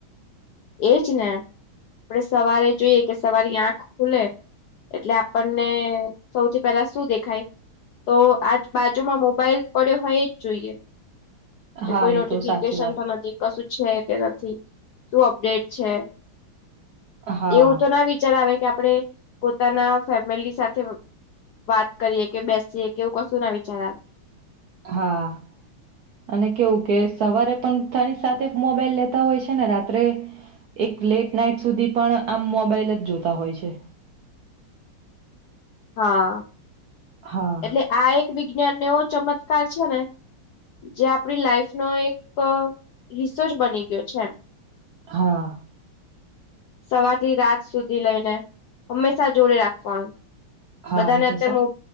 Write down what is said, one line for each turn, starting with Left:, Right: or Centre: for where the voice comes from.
Left: એજ ને આપણેે સવારે જોઈએ કે સવારી આંખ ખુલે એટલે આપણને સૌથી પેલા શું દેખાય તો આજ બાજુમાં મોબાઈલ પડ્યો હોય એ જ જોઈએ કે
Right: હા
Left: કોઈ
Right: એ
Left: નોટિફિકેશન
Right: તો સાચી વાત
Left: પણ નથી કશું છે કે નથી શું અપડેટ છે
Right: હા
Left: એવું તો ના વિચાર આવે કે આપણે પોતાના ફેમિલી સાથે વાત કરીએ કે બેસીએ કે એવું કશું ના વિચાર આવે
Right: હા અને કેવું કે સવારે પણ તની સાથે મોબાઈલ લે હોય છે ને રાત્રે એક લેટ નાઈટ સુધી પણ આમ મોબાઈલ જ જોતા હોય છે
Left: <inaudible> હા
Right: હા
Left: એટલે આ એક વિજ્ઞાનને એવો ચમત્કાર છે ને જે આપણી લાઈફનોો એક રિસોચ બની ગયો છે એમ
Right: હા
Left: સવારથી રાત સુધી લઈને હંમેશા જોડે રાખવાનું
Right: હા
Left: બધાને
Right: એ તો
Left: અત્યારે
Right: સા
Left: મો